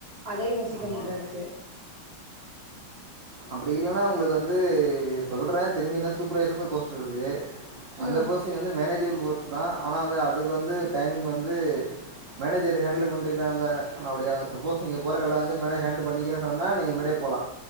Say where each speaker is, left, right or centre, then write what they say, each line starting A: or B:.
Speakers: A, on the right; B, on the right.
A: அதையு யோசிக்க
B: ஆமாம்
A: வேண்டிதா இருக்கு
B: அப்டி இல்லன்னா உங்களுக்கு வந்து சொல்ற திரும்பினா சூப்பர் வைஸ்சரனு போஸ்ட் இருக்கு அந்த
A: ம்
B: போஸிங் வந்து மேனேஜிபிள் போஸ் தா ஆனா வந்து அதுக்கு வந்து டைமிங் வந்து மேனேஜர் ஹேண்டுல் பண்ட்டுத அந்த அப்டியா சப்போஸ் நீங்க போற கடைல வந்து மேனேஜ ஹேண்டல் பண்ணிக்கிற ன்னா நீங்க முன்னாடியே போலா